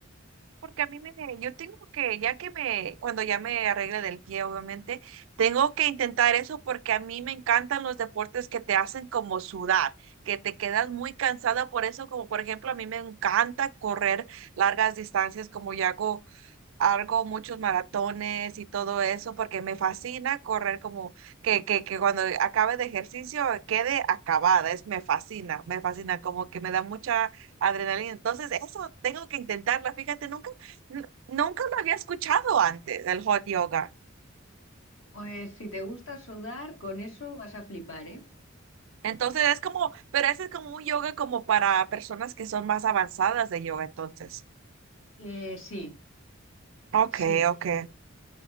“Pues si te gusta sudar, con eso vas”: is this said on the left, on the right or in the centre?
Left